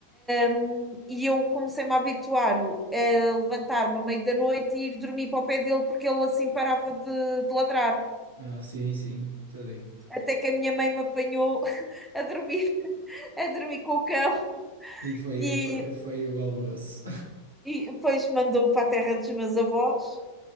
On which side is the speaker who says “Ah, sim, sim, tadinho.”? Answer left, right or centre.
Right